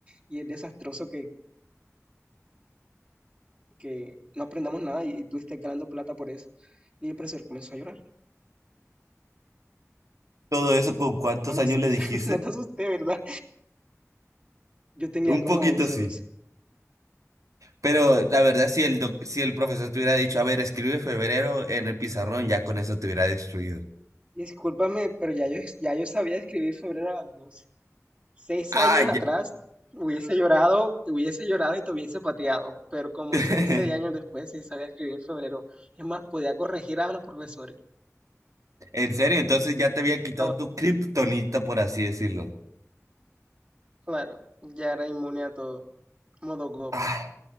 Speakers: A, on the right; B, on the right.
A: y es desastroso que, que no aprendamos nada y, y tú estés ganando plata por eso. Y el profesor comenzó a llorar.
B: ¿Todo eso con cuántos
A: Hola,
B: años
A: sí,
B: le
A: o
B: dijiste?
A: sea, <laughs> no te asusté, ¿verdad? Yo tenía
B: Un
A: como
B: poquito
A: once,
B: sí.
A: doce.
B: Pero la verdad, si el, doc- si el profesor te hubiera dicho, a ver, escribe febrero en el pizarrón, ya con eso te hubiera destruido.
A: Discúlpame, pero ya yo, ya yo sabía escribir febrero a las 12. Seis
B: Ah,
A: años
B: ya-
A: atrás hubiese llorado, hubiese llorado y te hubiese pateado, pero como
B: <laughs>
A: seis, seis años después sí sabía escribir febrero. Es más, podía corregir a los profesores.
B: en serio, entonces ya te había quitado
A: Ahora,
B: tu kriptonita, por así decirlo.
A: claro, ya era inmune a todo, modo go.
B: Ah,